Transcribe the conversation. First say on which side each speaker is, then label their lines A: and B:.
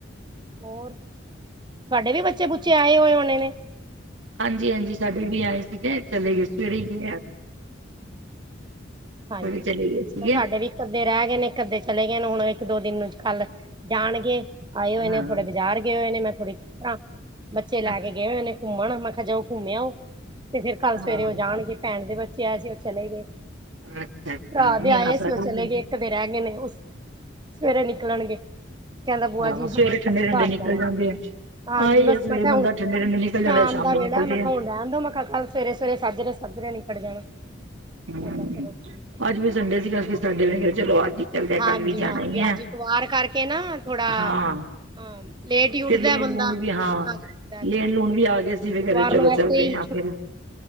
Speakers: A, on the right; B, on the right.
A: ਹੋਰ ਤੁਹਾਡੇ ਵੀ ਬੱਚੇ ਬੁੱਚੇ ਆਏ ਹੋਏ ਹੋਣੇ ਨੇ
B: ਹਾਂਜੀ-ਹਾਂਜੀ ਸਾਡੇ ਵੀ ਆਏ ਸੀਗੇ ਚਲੇ ਗਏ ਸਵੇਰੇ ਹੀ ਗਏ ਅੱਜ
A: ਹਾਂਜੀ
B: ਚਲੇ ਗਏ ਸੀਗੇ
A: ਤਾਂ ਸਾਡੇ ਵੀ ਇੱਕ ਅੱਧੇ ਰਹਿ ਗਏ ਨੇ ਇੱਕ ਅੱਧੇ ਚਲੇ ਗਏ ਨੇ ਹੁਣ ਇੱਕ ਦੋ ਦਿਨ ਨੂੰ ਕੱਲ ਜਾਣਗੇ ਆਏ ਹੋਏ
B: ਹਾਂ
A: ਨੇ ਥੋੜੇ ਬਾਜ਼ਾਰ ਗਏ ਹੋਏ ਨੇ ਮੈਂ ਥੋੜੀ ਬੱਚੇ ਲੈ
B: ਅੱਛਾ
A: ਕੇ ਗਏ ਹੋ ਇਹਨੇ ਘੁੰਮਣ ਮੈਂ ਕਿਹਾ ਕਿਹਾ ਜਾਓ ਘੁੰਮਿਆ ਉਹ ਤੇ ਫਿਰ ਕੱਲ
B: ਹਾਂ
A: ਸਵੇਰੇ ਉਹ ਜਾਣਗੇ ਭੈਣ ਦੇ ਬੱਚੇ ਆਏ ਸੀ ਉਹ ਚਲੇ ਗਏ
B: ਅੱਛਾ ਅੱਛਾ
A: ਭਰਾ
B: ਨਹੀਂ
A: ਦੇ ਆਏ
B: ਆ ਸਾਡੇ
A: ਸੀ ਉਹ ਚਲੇ
B: ਵੀ
A: ਗਏ ਇੱਕ ਦੇ ਰਹਿ ਗਏ ਨੇ ਸਵੇਰੇ ਨਿਕਲਣਗੇ ਕਹਿੰਦਾ ਬੂਆ
B: ਹਾਂ
A: ਜੀ
B: ਸਵੇਰੇ ਠੰਡੇ
A: ਅਸੀਂ
B: ਠੰਡੇ
A: ਘਰ
B: ਨਿਕਲ
A: ਜਾਣਾ
B: ਜਾਂਦੇ ਆ
A: ਹਾਂਜੀ
B: ਆਹੀ
A: ਬਸ
B: ਹੈ ਸਵੇਰੇ
A: ਮੈਂ ਕਿਹਾ
B: ਬੰਦਾ
A: ਹੁਣ
B: ਠੰਡੇ ਠੰਡੇ ਨਿਕਲ ਜਾਂਦਾ
A: ਸ਼ਾਮ
B: ਸ਼ਾਮੀ
A: ਦਾ ਵੇੜਾ
B: ਨਿਕਲਦੇ
A: ਮੈਂ ਕਿਹਾ
B: ਆ
A: ਹੁਣ ਰਹਿਣ ਦ ਮੈਂ ਕਿਹਾ ਕੱਲ ਸਵੇਰੇ ਸਵੇਰੇ ਸਾਜ ਰਹੇ ਕਿੱਧਰ ਨੀ ਖੜ ਜਾਣਾ
B: ਹਮ
A: ਕਹਿੰਦਾ ਚਲੋ ਠੀਕ ਹੈ
B: ਅੱਜ ਵੀ ਸੰਡੇ ਸੀਗੇ ਸੰਡੇ ਗ ਚਲੋ ਅੱਜ ਹੀ ਚੱਲਦਿਆਂ
A: ਹਾਂਜੀ
B: ਕੱਲ ਵੀ ਜਾਣਾ
A: ਹਾਂਜੀ
B: ਹੈ
A: ਅੱਜ ਇਤਵਾਰ ਕਰਕੇ ਨਾ ਥੋੜਾ
B: ਹਾਂ।
A: ਹਾਂ ਲੇਟ ਹੀ ਉੱਠਦਾ
B: ਫਿਰ ਲੇਣ
A: ਬੰਦਾ
B: ਲੂਣ ਵੀ ਹਾਂ
A: ਕੰਮ ਕਾਜ ਦਾ ਤੇ
B: ਲੈਣ ਲੂਣ ਵੀ ਆ ਗਏ ਸੀ ਫਿਕਰ
A: ਇਤਵਾਰ
B: ਚਲੋ
A: ਨੂੰ ਵੈਸੇ
B: ਚਲਦੇ
A: ਹੀ ਛੁ
B: ਫਿਰ